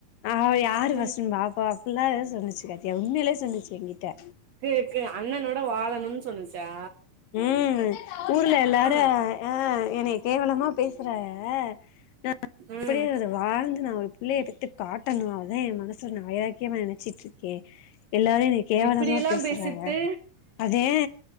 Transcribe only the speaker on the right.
ம்
இருக்கு அண்ணனோட வாழணும்னு சொன்னுச்சா
ம்
ம்
இப்டியெல்லா
பேசிப்ட்டு